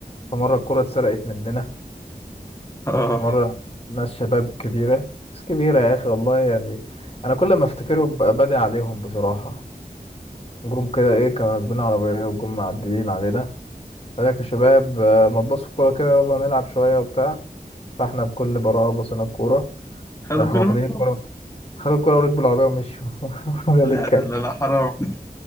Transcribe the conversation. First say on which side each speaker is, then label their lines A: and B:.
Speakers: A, on the left (about 40°); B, on the left (about 20°).
A: في مره الكوره اتسرقت مننا
B: اه
A: مرة ناس شباب كبيرة ناس كبيرة يا أخي والله يعني أنا كل ما أفتكرهم ببقى بادي عليهم بصراحة جم كده إيه كانوا راكبين عربية وجم معديين علينا قال لك يا شباب آه، ما تبصوا الكورة كده يلا نلعب شوية وبتاع فإحنا بكل براءة بصينا الكورة
B: خدوا
A: راحوا
B: الكوره
A: واخدين
B: منكم
A: الكورة خدوا الكورة وركبوا العربية ومشوا <laughs> قال
B: لا
A: الكلب
B: لا لا لا حرام <laughs>